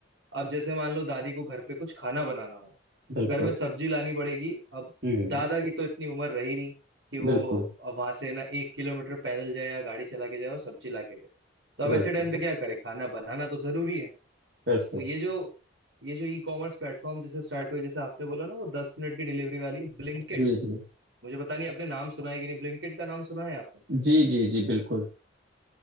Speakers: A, on the right; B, on the right.
A: अब जैसे मान लो दादी को घर पे कुछ खाना बनाना हो
B: बिल्कुल
A: घर में सब्जी लानी पड़ेगी अब
B: हम्म
A: दादा की तो इतनी उम्र रही नहीं कि वो
B: बिल्कुल
A: वहां से ना एक किलोमीटर पैदल जाए या गाड़ी चला के जाए और सब्जी ला के दे तो अब
B: बिल्कुल
A: ऐसे टाइम पे क्या करे खाना बनाना तो जरूरी है
B: बिल्कुल
A: तो ये जो ये जो ई कॉमर्स प्लेटफॉर्म जैसे स्टार्ट हुए जैसे आपने बोला ना वो दस मिनट की डिलीवरी वाली ब्लिंकिट
B: जी जी
A: मुझे पता नहीं आपने नाम सुना है कि नहीं ब्लिंकिट का नाम सुना है आपने
B: जी जी जी बिल्कुल